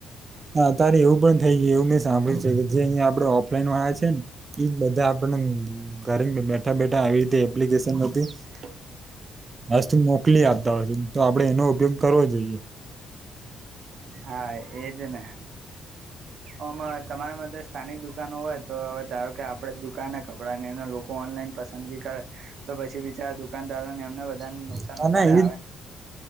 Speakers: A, on the right; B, on the right.
A: હા અત્યારે એવું પણ થઈ ગય એવું મેં સાંભળ્યું છે કે જે અહીંયા આપડે ઓફલાઈન વાળા છે ને ઈજ બધા ઘરે બેઠા બેઠા આવી રીતે એપ્લિકેશન હતી.
B: <inaudible>
A: મસ્ત મોકલી આપતા હોય તો આપડે એનો ઉપયોગ કરવો જોઈએ.
B: હા એજ ને અમારે તમારા માટે સ્થાનિક દુકાનો હોય તો હવે ધારો કે આપડે દુકાન કપડા ને લોકો ઓનલાઈન પસંદગી કરે તો પછી બિચારા દુકાનદારો ને એમને બધાને
A: <unintelligible> છે.
B: નુકસાન વધારે
A: મારુ <unintelligible>
B: આવે ને